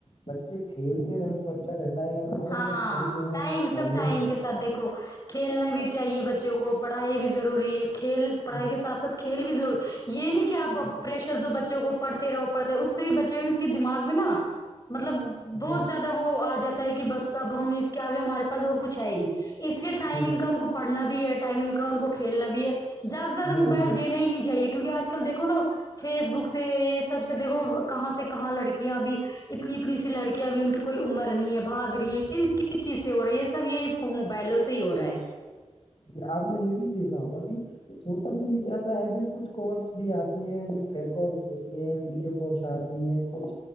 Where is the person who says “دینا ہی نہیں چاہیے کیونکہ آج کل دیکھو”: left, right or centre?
Left